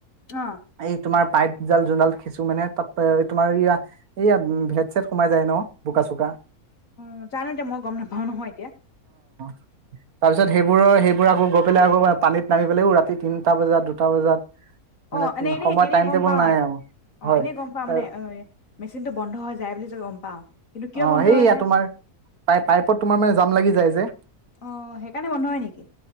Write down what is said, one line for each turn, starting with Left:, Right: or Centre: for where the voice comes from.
Left: অ
Right: এই তোমাৰ পাইপ জাল যোন ডাল খিচো মানে তাত তোমাৰ ই এইয়া ভেদ চেদ সোমাই যায় ন বোকা চোক চোকা
Left: অ জানো এ দেই এতিয়া মই গম নাপাও নহয় এতিয়া
Right: তাৰ পিছত সেইবোৰৰ সেইবোৰ আকৌ গৈ পেলাই আকৌ পানীত নামি পেলাও ৰাতি তিনিটা বজাত দুটা বজাত মানে
Left: অ এনে এনে
Right: সময়
Left: এনেই
Right: টাইম
Left: গম
Right: টেবুল
Left: পাও
Right: নাই আৰু
Left: অ
Right: হয়
Left: এনে গম পাও
Right: তাৰ
Left: মানে অ মেচিনটো বন্ধ হৈ যায় বুলি গম পাও কিন্তু কিয়
Right: অ
Left: বন্ধ
Right: সেইয়া
Left: হৈ যায়
Right: তোমাৰ পাই পাইপত তোমাৰ মানে জাম লাগি যায় যে
Left: অ সেইকাৰণে বন্ধ হয় নেকি